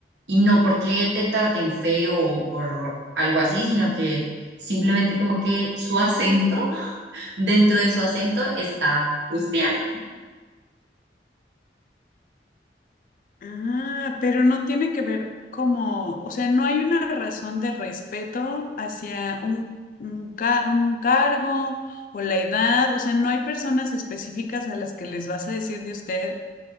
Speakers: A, on the right; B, on the left.
A: Y no porque te traten feo o por algo así, sino que simplemente como que su acento, <laughs> dentro de su acento está ustear.
B: Ah, pero no tiene que ver como, o sea, no hay una razón de respeto hacia un, un, ca- un cargo o la edad, o sea, no hay personas específicas a las que les vas a decir de usted